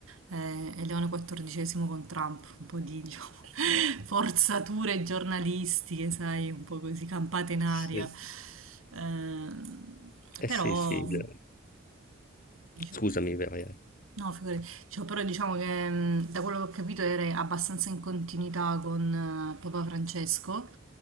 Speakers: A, on the right (about 80°); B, on the left (about 40°).
A: eh, e Leone XIV con Trump, un po' di diciamo, <laughs> forzature giornalistiche, sai, un po' così campate in aria.
B: Sì.
A: Eh,
B: Eh
A: però
B: sì, sì. eh.
A: diciamo,
B: Scusami, vai.
A: No, figurati. Cioè, però diciamo che mh, da quello che ho capito era abbastanza in continuità con eh, Papa Francesco,